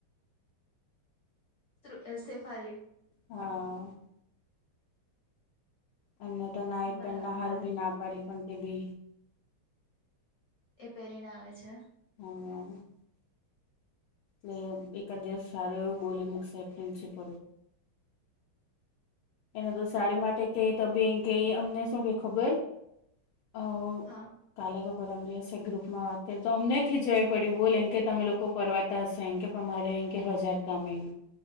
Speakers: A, on the left (about 55°); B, on the left (about 80°).
A: <inaudible> સેફાલી.
B: હા. અમને તો ના નાઈટ
A: બરાબર.
B: પેન્ટ હારું બી ના પાડી પણ તે બી
A: એ પહેરીને આવે છે.
B: હ <inaudible> એલે એકા દિવસ સારું એવું બોલી મગ સાહેબ પ્રિન્સિપલ એને તો સાડી માટે કે ત બેિન કે અમને શું કે ખબર અ
A: હા
B: કાલે કે પરમ દિવશે ગ્રુપમાં વાત કરી તો અમને ખીચવાવી પડી્યું બોલેમ કે તમે લોકો પરવાતા
A: બોલે કે
B: હશે
A: તમે
B: એમ
A: લોકો ફરવા
B: મારે એમ કે હજાર કામ એમ